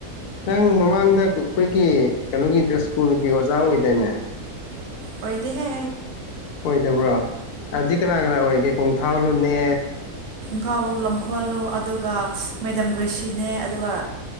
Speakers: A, on the left; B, on the right.
A: ꯅꯪ ꯃꯃꯥꯡꯗ ꯑꯩꯈꯣꯏꯒꯤ ꯀꯩꯅꯣꯒꯤꯗ ꯁ꯭ꯀꯨꯜꯒꯤ ꯑꯣꯖꯥ ꯑꯣꯏꯗꯣꯏꯅꯦ
B: ꯑꯣꯏꯣꯏꯗꯤ ꯍꯦ
A: ꯑꯣꯏꯗꯕ꯭ꯔꯥ ꯑꯖꯤ ꯀꯅꯥ ꯀꯅꯥ ꯑꯣꯏ ꯑꯣꯏꯒꯦ ꯄꯣꯡꯊꯥꯥꯎ ꯂꯣꯅꯦ
B: ꯈꯥꯎꯂꯨ ꯂꯝꯈꯣꯜꯂꯨ ꯑꯗꯨꯒ ꯃꯩꯗꯝ ꯒ꯭ꯔꯦꯁꯤꯅꯦ ꯑꯗꯨꯒ